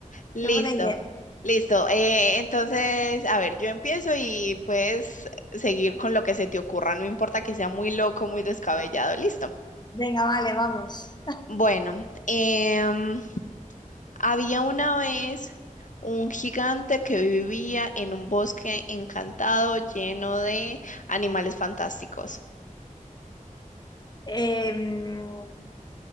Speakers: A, on the left (about 65°); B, on the left (about 30°).
A: Listo,
B: qué buena idea.
A: listo. Eh, entonces, a ver, yo empiezo y puedes seguir con lo que se te ocurra, no importa que sea muy loco, muy descabellado, listo.
B: Venga, vale, vamos.
A: Bueno, em, había una vez un gigante que vivía en un bosque encantado lleno de animales fantásticos.
B: Em,